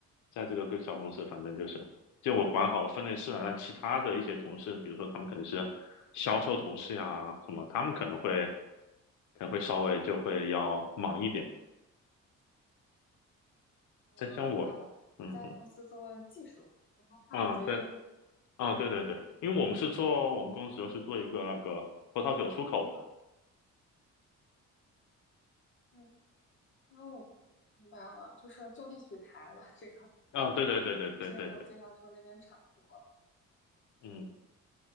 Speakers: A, on the left; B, on the left.
A: 在这个个小公司，反正就是就我管好分内事了，让其他的一些同事，比如说他们可能是销售同事呀什么，
B: 嗯
A: 他们可能会可能会稍微就会要忙一点，
B: 嗯，嗯，我明白了，
A: 再像我，
B: 你在公司做技术，
A: 嗯嗯
B: 然后他们做业务，
A: 啊对啊对对对，因为我们是做我们公司是做一个那个葡萄酒出口的
B: 哦，嗯哦，明白了，就是就地取材了这个，
A: 啊，对对对对对对对。
B: 因为你之前给我介绍说那边产葡萄，
A: 嗯